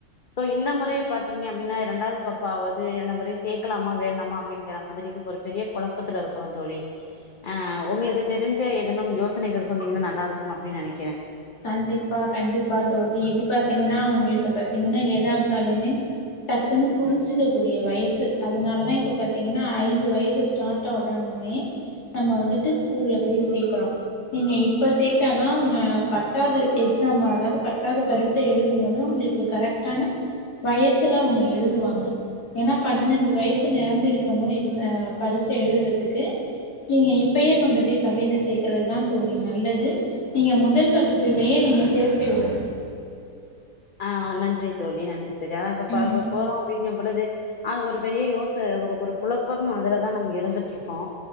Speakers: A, on the left; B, on the left.
A: சோ இந்த முறை பாத்தீங்க அப்டின்னா ரெண்டாவது பாப்பாவது இந்த மாரி சேக்கலாமா வேண்டாமா அப்படிங்கிற மாதிரியு ஒரு பெரிய கொழப்பத்துலருக்குறோ தோழி ஆ உங்களுக்கு தெரிஞ்ச எதனும் யோசனைகள் சொன்னீங்கன்னா நல்லாருக்கும் அப்பிடின்னு நெனைக்கிறே
B: கண்டிப்பா கண்டிப்பா தோழி இது பாத்தீங்கன்னா உங்களுக்கு பத் தீங்கன்னா எதா இருந்தாலுமே டக்குன்னு புரிஞ்சுக்கக்கூடிய வயசு அதனால தா இப்போ பாத்தீங்கன்னா ஐந்து வயது ஸ்டார்ட்டுவோட ஒன்னயே நம்ம வந்துட்டு ஸ்கூல்ல போய் சேக்குறோ நீங்க இப்ப சேத்தாதாங்க பத் பத்தாது எக்ஸாம் அதாவது பத்தாவது பரிட்சை எழுதும் போது உங்களுக்கு கரெக்டான வயசுல அவுங்க எழுதுவாங்க ஏன்னா பதினெஞ்சு வயசு நெரம்பிருக்கணு எக்ஸ அ பரீட்சை எழுதுறதுக்கு நீங்க இப்பயே கொண்டுப்போய் பள்ளியில சேக்கறது தா தோழி நல்லது நீங்க முதல் வகுப் பின்னே ஏ நீங்க சேர்த்து விடுங்க
A: ஆ நன்றி தோழி நன்றி தோழி அதா இப்ப ப
B: ம்
A: ப போறோ அப்டின் னு பொழுது அது ஒரு பெரிய யோசன ஒரு ஒரு குழப்பம் அதுலதா நாங்க இருந்துட்டுருக்கோ